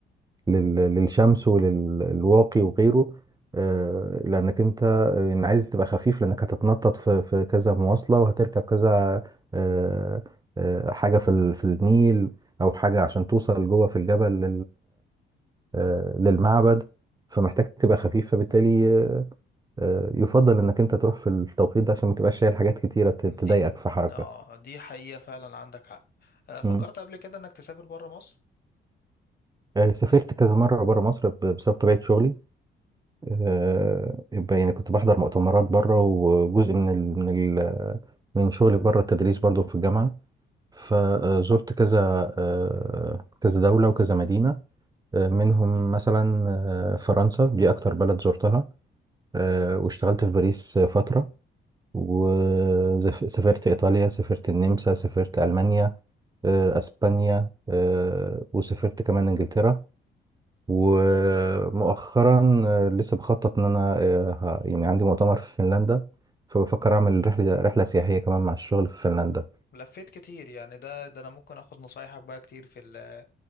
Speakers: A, on the right (about 20°); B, on the left (about 50°).
A: لل... للشمس وللواقي وغيره آه، لأنك أنت آه، عايز تبقى خفيف لأنك هتتنطط في, في كذا مواصلة وهتركب كذا آه، آه، حاجة في, ال... في النيل أو حاجة عشان توصل جوه في الجبل آه، للمعبد فمحتاج تبقى خفيف فبالتالي آه، يفضل انك انت تروح في التوقيت ده عشان ما تبقاش شايل حاجات كتيره ت-
B: دي
A: تضايقك في حركه
B: آه دي حقيقة فعلا عندك حق آه، فكرت
A: مم.
B: قبل كده إنك تسافر برا مصر؟
A: آه، سافرت
B: يعني
A: كذا مره بره مصر ب- بسبب طبيعه شغلي آه، يبقى يعني كنت بحضر مؤتمرات بره وجزء من ال من ال من شغلي بره التدريس برضو في الجامعه فزرت كذا آه، كذا دوله وكذا مدينه آه، منهم مثلا آه، فرنسا دي اكتر بلد زرتها آه، واشتغلت في باريس فتره وسافرت إيطاليا سافرت النمسا سافرت ألمانيا آه، أسبانيا آه، وسافرت كمان إنجلترا ومؤخرا آه، لسه بخطط إن أنا آه، ه- يعني عندي مؤتمر في فنلندا فبفكر أعمل رحلة رحلة سياحية كمان مع الشغل في فنلندا
B: لفيت كتير يعني ده ده أنا ممكن آخد نصايحك بقى كتير في ال-